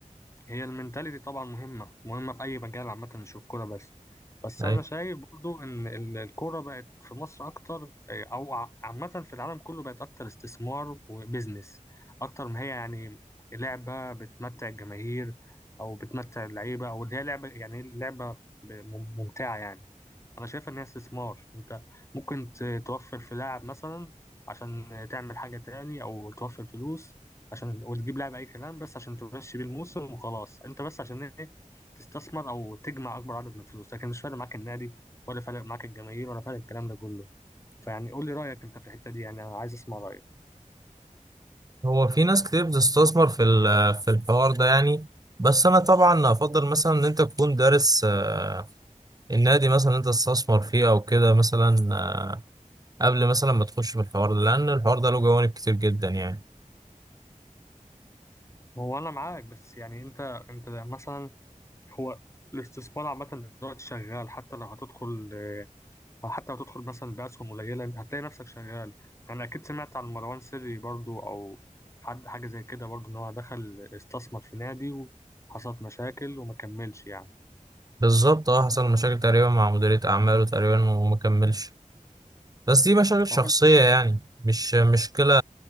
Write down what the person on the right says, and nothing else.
أي
هو في ناس كتير بتستثمر في ال- في الحوار ده يعني بس أنا طبعا أفضل مثلا إن أنت تكون دارس آه، النادي مثلا اللي أنت تستثمر فيه أو كده مثلا آه، قبل مثلا ما تخش في الحوار ده لأن الحوار ده له جوانب كتير جدا يعني
بالظبط اه حصل مشاكل تقريبا مع مديرية أعماله تقريبا وما كملش بس دي مشاكل شخصية
يعني مش مشكلة